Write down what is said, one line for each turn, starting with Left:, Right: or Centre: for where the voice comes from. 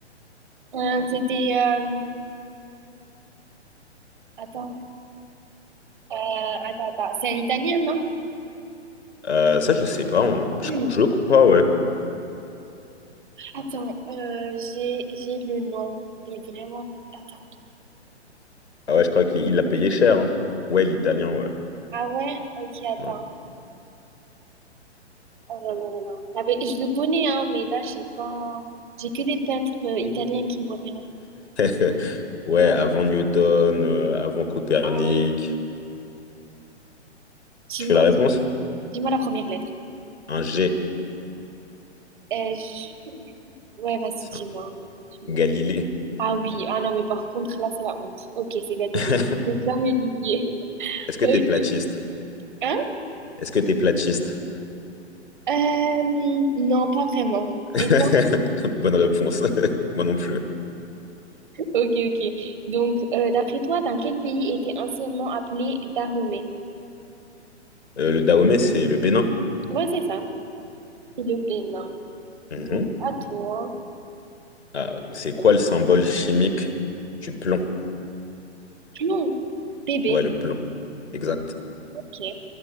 Right: Euh, c'était... euh, Attends. Euh, attends, attends. C'est un Italien, non?
Left: Euh, ça, je sais pas. on- Je,
Right: <clears throat>
Left: je crois, ouais.
Right: Attends, euh, j'ai j'ai le nom. Il est vraiment... Attends.
Left: Ah ouais, je crois qu'il il l'a payé cher. hein. Ouais, l'italien, ouais.
Right: Ah ouais? Ok, attends.
Left: Ouais.
Right: Oh là là là là. Ah ben, je le connais, hein, mais là, j'ai pas... J'ai que des peintres euh, italiens qui me reviennent.
Left: <laughs> Ouais,
Right: Ah,
Left: avant Newton, euh, avant Copernic.
Right: ouais. Dis-moi,
Left: Tu fais la réponse?
Right: dis- dis-moi la première lettre.
Left: Un G.
Right: Euh, je- Ouais, vas-y,
Left: C'est
Right: dis-moi.
Left: un
Right: Dis-moi.
Left: Galilée.
Right: Ah oui, ah non, mais par contre, là, c'est la honte. Ok, c'est Galilée.
Left: <laughs>
Right: Je vais jamais l'oublier. <laughs>
Left: Est-ce que
Right: Ok.
Left: t'es platiste?
Right: Hein?
Left: Est-ce que t'es platiste?
Right: Euh, non, pas vraiment.
Left: <laughs>
Right: Et toi?
Left: Bonne réponse. <laughs> Moi non plus.
Right: Ok, ok. Donc, euh, d'après toi, dans quel pays était anciennement appelé Dahomey?
Left: Euh, le Dahomey, c'est le Bénin.
Right: Ouais, c'est ça. C'est le Bénin.
Left: Mhm.
Right: Donc, à toi.
Left: Ah, c'est quoi le symbole chimique du plomb?
Right: Non, bébé,
Left: Ouais, le plomb. Exact.
Right: ok.